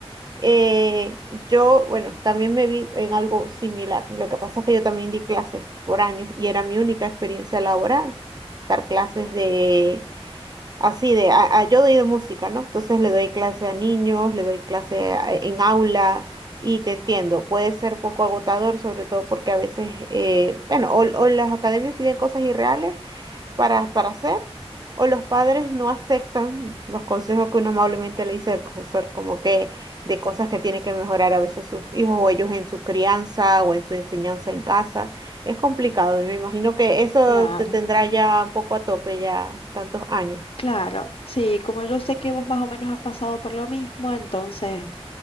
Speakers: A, on the right (about 40°); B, on the left (about 65°).
A: eh, yo, bueno, también me vi en algo similar. Lo que pasa es que yo también di clases por años y era mi única experiencia laboral, dar clases de Así de, a, a- yo doy de música, ¿no? Entonces le doy clase a niños, le doy clase a- e, en aula y te entiendo, puede ser poco agotador, sobre todo porque a veces, eh, bueno, o, o las academias piden cosas irreales para, para hacer, o los padres no aceptan los consejos que uno amablemente le dice al profesor, como que de cosas que tiene que mejorar a veces sus hijos o ellos en su crianza o en su enseñanza en casa. Es complicado y me imagino que eso
B: claro,
A: te tendrá ya un poco a tope ya tantos años.
B: claro. Sí, como yo sé que vos más o menos has pasado por lo mismo, entonces